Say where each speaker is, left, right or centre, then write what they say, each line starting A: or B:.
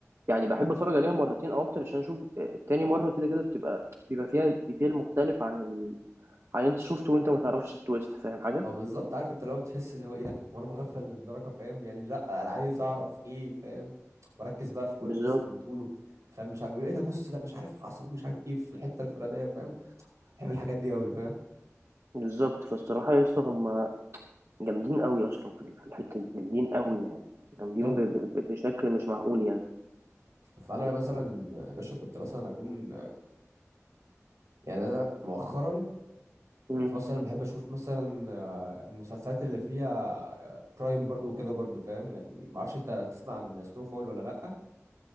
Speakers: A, on the right; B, on the right.
A: يعني بحب اتفرج عليها مرتين او اكتر عشان اشوف آه، تاني مره كده كده بتبقى بيبقى فيها ديتيل مختلف عن ال... عن انت شفته وانت ما تعرفش التويست فاهم حاجه
B: ما بالظبط عارف انت لو بتحس اللي هو ايه ده وانا مغفل للدرجة فاهم يعني لا انا عايز اعرف ايه فاهم واركز بقى في كل
A: بالظبط
B: الناس اللي بتقوله فاهم مش عارف يقول ايه ده بص ده مش عارف حصل مش عارف ايه في الحتة الفلانية فاهم بحب الحاجات دي قوي فاهم
A: بالظبط فالصراحه لسه هم جامدين قوي اصلا في ال- في الحته دي جامدين قوي يعني جامدين
B: لو
A: ب... ب... ب- بشكل مش معقول يعني
B: فانا
A: فاهم
B: مثلا يا باشا كنت مثلا اكون يعني انا مؤخرا
A: مم.
B: كنت مثلا بحب اشوف مثلا آه، المسلسلات اللي فيها كرايم برضو وكده برضو فاهم يعني ما اعرفش انت تسمع عن سنو فول ولا لا